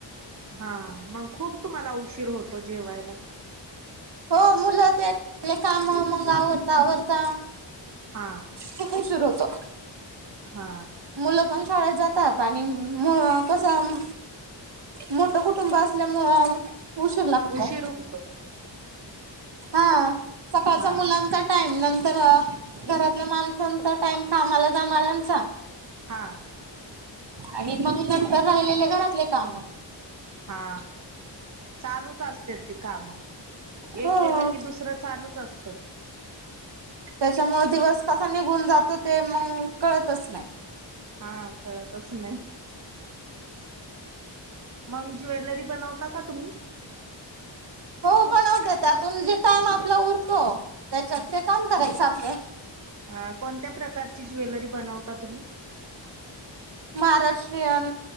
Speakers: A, on the right (about 40°); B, on the right (about 65°).
A: हा मग खूप तुम्हांला उशीर होतो जेवायला.
B: हो मुलं ते काम मग आवरता आवरता
A: हा
B: खूप उशीर होतो.
A: हा
B: मुलं पण शाळेत जातात, आणि म कसं मोठं कुटुंब असल्यामुळं उशीर लागतो
A: उशीर होतो
B: हां सकाळचा
A: हा
B: मुलांचा टाईम नंतर घरातल्या माणसांचा टाईम कामाला जाणाऱ्यांचा
A: हा
B: आणि मग नंतर राहिलेले घरातले कामं
A: हा चालूच असते ते कामं
B: हो
A: एक केलं की दुसरं चालूच असतं
B: त्यांच्यामुळे दिवस कसा निघून जातो ते मग कळतंच नाही.
A: हा कळतंच नाही. मग ज्वेलरी बनवता का तुम्ही
B: हो बनवते त्यातून जे टाईम आपला उरतो, त्यांच्यात ते काम करायचं आपलं
A: आ कोणत्या प्रकारची ज्वेलरी बनवता तुम्ही
B: महाराष्ट्रीयन